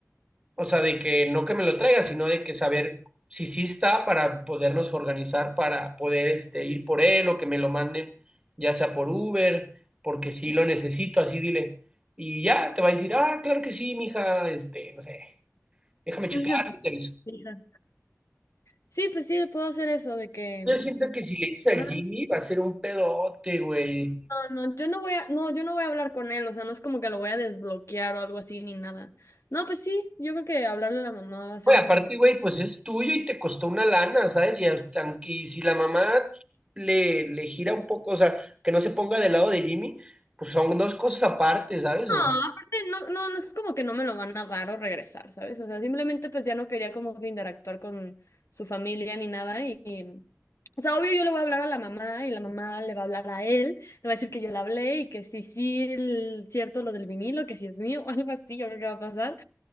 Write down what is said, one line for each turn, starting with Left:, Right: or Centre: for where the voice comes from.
Right: O sea, de que no que me lo traiga, sino de que saber si sí está para podernos organizar para poder este, ir por él o que me lo manden, ya sea por Uber, porque sí lo necesito, así dile. Y ya te va a decir, ah, claro que sí, mija, este, no sé, déjame checar
Left: Ujú.
Right: y te aviso.
Left: Hija. Sí, pues sí, puedo hacer eso de que
Right: Yo siento que si le dices
Left: Ah.
Right: al Jimmy va a ser un pedote, güey.
Left: no, no, yo no voy a, no, yo no voy a hablar con él, o sea, no es como que lo voy a desbloquear o algo así ni nada. No, pues sí, yo creo que hablarle a la mamá va a ser
Right: Güey,
Left: la
Right: aparte,
Left: mejor.
Right: güey, pues es tuyo y te costó una lana, ¿sabes? Y hasta que si la mamá le, le gira un poco, o sea, que no se ponga del lado de Jimmy, pues son dos cosas aparte, ¿sabes?
Left: No,
Right: O sea,
Left: aparte no, no, no es como que no me lo van a dar o regresar, ¿sabes? O sea, simplemente pues ya no quería como que interactuar con su familia ni nada y, y- o sea, obvio yo le voy a hablar a la mamá y la mamá le va a hablar a él, le va a decir que yo le hablé y que sí, sí, el- cierto lo del vinilo, que sí es mío <laughs> o algo así, yo creo que va a pasar